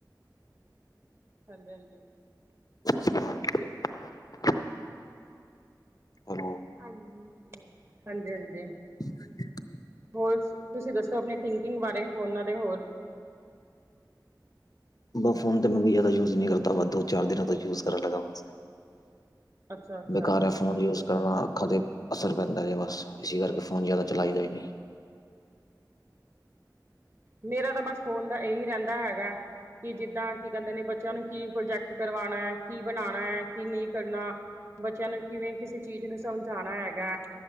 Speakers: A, on the right; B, on the left.
A: ਹਾਂਜੀ, ਹਾਂਜੀ।
B: <inaudible> ਹੈਲੋ
A: ਹਾਂਜੀ- ਹਾਂਜੀ -ਹਾਂਜੀ।
B: <inaudible> <inaudible>
A: ਹੋਰ ਤੁਸੀਂ ਦੱਸੋ ਆਪਣੀ ਥਿੰਕਿੰਗ ਬਾਰੇ ਫੋਨਾਂ ਦੇ ਹੋਰ
B: ਬ ਫੋਨ ਤੇ ਮੈਂ ਵੀ ਜ਼ਿਆਦਾ ਯੂਜ ਨਹੀ ਕਰਦਾ, ਵਾ ਦੋ ਚਾਰ ਦਿਨਾਂ ਦਾ ਯੂਜ ਕਰਨ ਲੱਗਾ ਬਸ
A: ਅੱਛਾ ਅੱਛਾ
B: ਬੇਕਾਰ
A: ਅੱਛਾ
B: ਹੈ ਫ਼ੋਨ ਯੂਜ ਕਰਨਾ ਅੱਖਾਂ ਦੇ ਅਸਰ ਪੈਂਦਾ ਜੇ ਬਸ ਇਸੀ ਕਰਕੇ ਫੋਨ ਜਾਦਾ ਚਲਾਈ ਦਾ ਈ ਨਈ
A: ਮੇਰਾ ਤਾਂ ਬਸ ਫੋਨ ਦਾ ਇਹੀ ਰਹਿੰਦਾ ਹੈਗਾ ਕਿ ਜਿੱਦਾਂ ਕੀ ਕਹਿੰਦੇ ਨੇ ਬੱਚਿਆਂ ਨੂੰ ਕੀ ਪ੍ਰੋਜੈਕਟ ਕਰਵਾਉਣਾ ਹੈ, ਕੀ ਬਣਾਉਣਾ ਹੈ, ਕੀ ਨਹੀਂ ਕਰਨਾ ਬੱਚਿਆਂ ਨੂੰ ਕਿਵੇਂ ਕਿਸੇ ਚੀਜ਼ ਨੂੰ ਸਮਝਾਉਣਾ ਹੈਗਾ